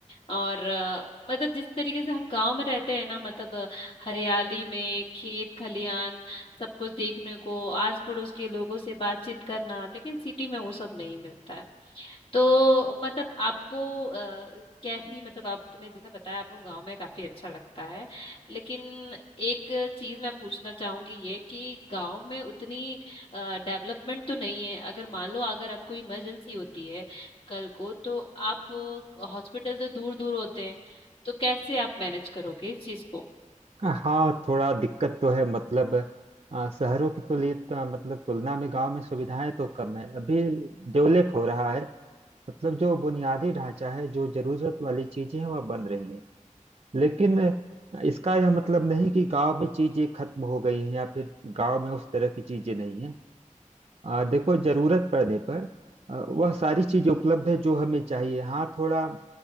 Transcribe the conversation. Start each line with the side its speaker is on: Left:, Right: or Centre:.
Left: और अ, मतलब जिस तरीके से हम गांव में रहते हैं ना मतलब अ, हरियाली में खेत खलियान सब कुछ देखने को आस पड़ोस के लोगों से बातचीत करना लेकिन सिटी में वो सब नहीं मिलता है तो मतलब आपको अ, कैसी मतलब आपने जैसे बताया आपको गांव में काफी अच्छा लगता है लेकिन एक चीज मैं पूछना चाहूंगी ये कि गांव में उतनी डेवलपमेंट तो नहीं है अगर मान लो अगर आपको इमरजेंसी होती है कल को तो आप हॉस्पिटल तो दूर दूर होते हैं तो कैसे आप मैनेज करोगे इस चीज को
Right: हाँ थोड़ा दिक्कत तो है मतलब आ, शहरों की तुलना मतलब तुलना में गांव में सुविधाएं तो कम है अभी डेवलप हो रहा है मतलब जो बुनियादी ढांचा है जो जरूरत वाली चीजें हैं वह बन रही हैं लेकिन इसका यह मतलब नहीं कि गांव में चीजें खत्म हो गई हैं या फिर गांव में उस तरह की चीजें नहीं हैं आ, देखो जरूरत पड़ने पर आ, वह सारी चीजें उपलब्ध है जो हमें चाहिए हाँ थोड़ा